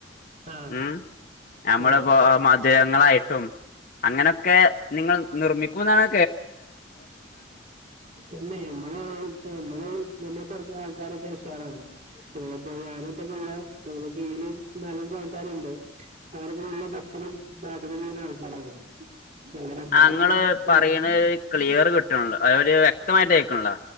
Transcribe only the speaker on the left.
ഉ നമ്മളിപ്പോ
മധുരങ്ങളായിട്ടും അങ്ങനെയൊക്കെ നിങ്ങൾ നിർമ്മിക്കുമ എന്നാണ്
അങ്ങള്
പറയണത് ക്ലിയർ കിട്ടണല്ലോ അര് വ്യക്തമായിട്ട് അക്കണല്ലോ